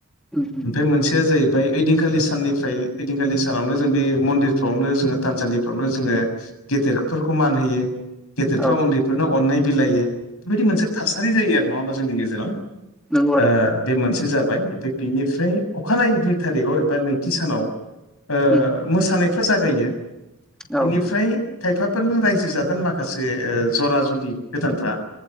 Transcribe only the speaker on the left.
आमफ्राय मोनसेआ जाहैबाय आमफ्राय ओइदिखालि साननिफ्राय ओइखालि सानावनो जों बे मन्दिरफ्रावनो जोङो थानसालिफ्रावनो जोङो गेदेरफोरखौ मान होयो गेदेरफ्रा
उन्दैफोरनो अननाय बिलाइायो बेबादि मोनसे थासारि जायो आरो नङा होमबा जोंनि गेजेराव ओ
बे मोनसे जाबाय आमफ्राय बिनिफ्राय अखानायै दुइ थारिकाव एबा नैथि सानाव ओ
मोसानायफ्रा जागायो
बिनिफ्राय खायफाफोर न रायजो जादों माखासे जरा जुलि गोदानफ्रा